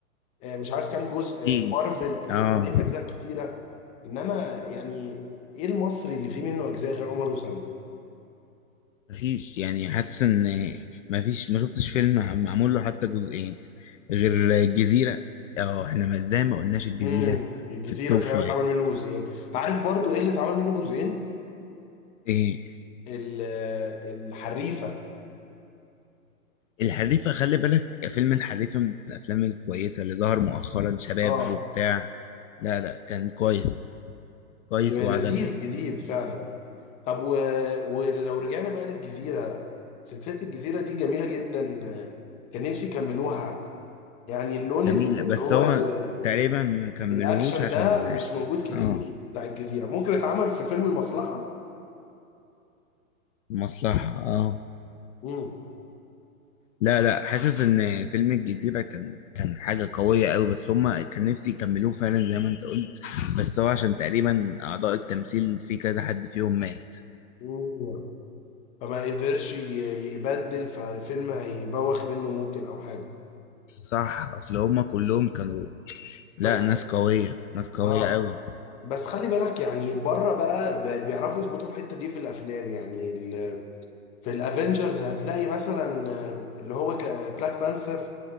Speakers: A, on the left; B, on the left.
A: آه، مش عارف كام جزء
B: كتير
A: آه، مارفل تلاقيهم
B: اه
A: عاملين اجزاء كتيره انما يعني ايه المصري اللي فيه منه اجزاء غير عمر وسلمى
B: مفيش يعني حاسس ان مفيش ما شفتش فيلم معمول له حتى جزئين غير الجزيرة اه احنا ما ازاي ما قلناش الجزيرة
A: امم الجزيره
B: في التوب
A: فعلا
B: فايف
A: اتعمل منه جزئين عارف برضو ايه اللي اتعمل منه جزئين
B: ايه
A: ال- آه، الحريفه
B: الحريفة خلي بالك فيلم الحريفة من الافلام الكويسة اللي ظهر مؤخرا شباب
A: اه
B: وبتاع لا لا كان كويس كويس
A: ولذيذ
B: وعجبني
A: جديد فعلا طب و... ولو رجعنا بقى للجزيرة سلسلة الجزيرة دي جميلة جدا آه، كان نفسي يكملوها حتى يعني اللون
B: جميل
A: ال- اللي
B: بس
A: هو
B: هو
A: ال...
B: تقريبا
A: ال...
B: ما كملوهوش
A: الأكشن
B: عشان
A: ده مش موجود كتير
B: اه
A: بتاع الجزيرة ممكن اتعمل في فيلم المصلحة
B: مصلحة اه
A: مم.
B: لا لا حاسس ان فيلم الجزيرة كان كان حاجة قوية قوي بس هما كان نفسي يكملوه فعلا زي ما انت قلت بس هو عشان تقريبا اعضاء التمثيل في كذا حد فيهم مات
A: مم. فما قدرش ي- يبدل فالفيلم هيبوخ منه ممكن أو حاجة
B: صح اصل هما كلهم كانوا لا
A: بس
B: ناس قوية ناس قوية
A: ها
B: قوي
A: بس خلي بالك يعني بره بقى ب- بيعرفوا يظبطوا الحتة دي في الأفلام يعني في الافنجرز هتلاقي مثلا آه، اللي هو ك- بلاك بانثر